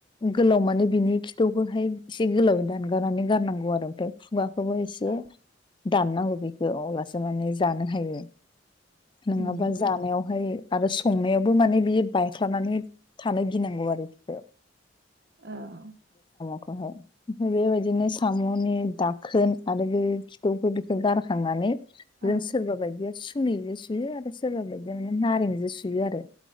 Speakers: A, on the left (about 25°); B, on the right (about 60°).
A: गोलाव माने बिनि खिथौखौहाय एसे गोलावै दानगारनानै गारनांगौ आरो ओमफ्राय खुगा खोबो एसे
B: औ
A: दाननांगौ बेखौ अब्लासो माने जानो हायो नङाबा
B: उम
A: जानायावहाय आरो संनायावबो माने बियो बायख्लानानै थानो गिनांगौ आरो बिखौ
B: औ
A: खौहाय ओमफ्राय बेबायदिनो सामनि दाखोन आरो बे खिथौखौ बेखौ गारखा थांनानै
B: औ
A: जों सोरबा बायदिया सु खुनिजो सुयो आरो सोरबा बादिया माने नारें जो सुयो आरो